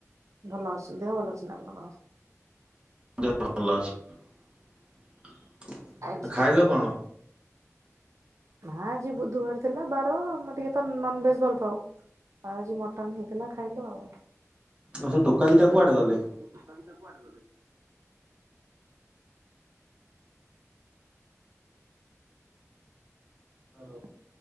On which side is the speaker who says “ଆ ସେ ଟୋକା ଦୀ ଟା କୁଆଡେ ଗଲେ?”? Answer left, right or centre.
Right